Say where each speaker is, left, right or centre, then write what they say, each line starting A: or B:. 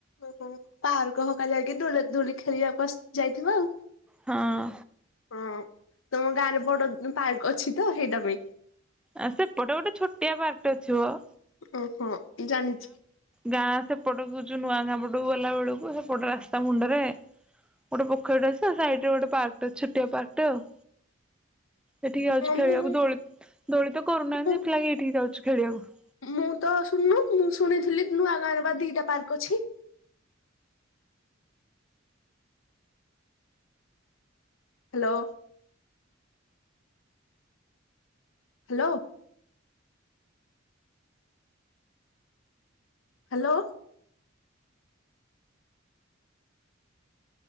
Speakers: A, on the left; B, in the centre.
A: ଓହୋ ପାର୍କ ହକା ଯାଇକି ଦ-ଦୋଳି ଖେଳିବାକୁ ଆସି ଯାଇଥିବ ଆଉ
B: ହଁ।
A: ହଁ ତମ ଗାଁରେ ବଡ ପାର୍କ ଅଛି ତ ସେଇଟା ପାଇଁ।
B: ଆ ସେପଟେ ଗୋଟେ ଛୋଟିଆ ବାଟ ଥିବ
A: ଓହୋ ଜାଣିଛି।
B: ଗାଁ ସେପଟ କୁ ଯୁ ନୂଆ ଗାଁ ପଟକୁ ଗଲା ବେଳକୁ ସେପଟ ରାସ୍ତା ମୁଣ୍ଡରେ ଗୋଟେ ପଖରୀଟେ ଅଛି ସେ ସାଇଟ୍ ରେ ଗୋଟେ ପାର୍କଟ ଛୋଟିଆ ପାର୍କ ଟେ ଆଉ ସେଠିକି ଯାଉଛୁ
A: ହଁ
B: ଖେଳିବାକୁ
A: ମୁଁ
B: ଦୋଳି ଦୋଳି ତ କରୁନାହାନ୍ତି
A: ମୁଁ
B: ସେଥିଲାଗି ଏଇଠିକି ଯାଉଛି ଖେଳିବାକୁ।
A: ମୁଁ ତ ଶୁଣନୁ ମୁଁ ଶୁଣିଥିଲି ନୂଆଗାଁରେ ବା ଦିଟା ପାର୍କ ଅଛି। Hello. Hello. Hello.